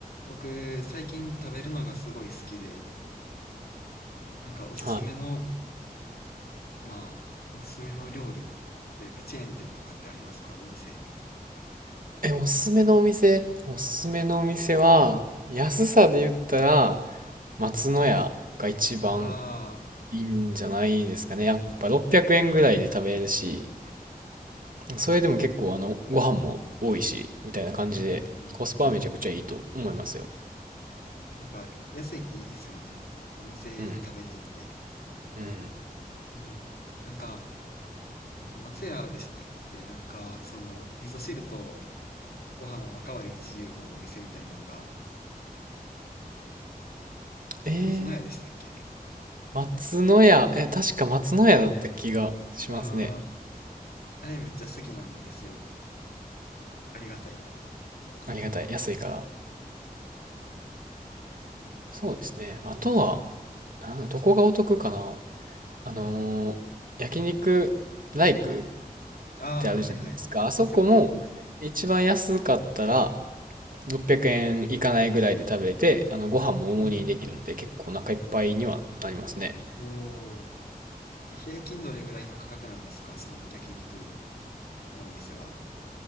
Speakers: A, on the left; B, on the right.
A: 僕、最近食べるのがすごい好きで、なんかおすすめの、
B: は
A: まあ、おすすめの料理というか、チェーン店とかってありますかお店。
B: い。え、おすすめのお店、おすすめのお店は、安さで言ったら、松の家が一番
A: うん。ああ、
B: いいんじゃないですかね。やっぱ600円ぐらいで食べれるし、それでも結構あの、ご飯も多いし、みたいな感じで、
A: うんうんうんうん。
B: コスパはめちゃくちゃいいと思いますよ。
A: やっぱ、安いっていいですよね。お店に食べに行って。
B: うん。うん。
A: うん。なんか、えっと、松屋でしたっけなんか、その、味噌汁とご飯おかわり自由のお店みたいなのが、
B: えー、
A: 松の屋でしたっけ
B: 松の家、え、確か松の家だった気がしますね。
A: ああー、あれめっちゃ好きなんですよ。ありがたい。
B: ありがたい。安いから。
A: うん。
B: そうですね。あとは、な、どこがお得かな。あのー焼肉ライクっ
A: ああ、
B: てあるじゃないですか。
A: はいはい。
B: あそこも一番安かったら
A: 見たことあります。
B: 600円いかないぐらいで食べて、あのご飯も大盛りにできるんで結構お腹いっぱいにはなりますね。
A: うん。おお。え平均どれぐらいの価格なんですかその焼肉のお店は。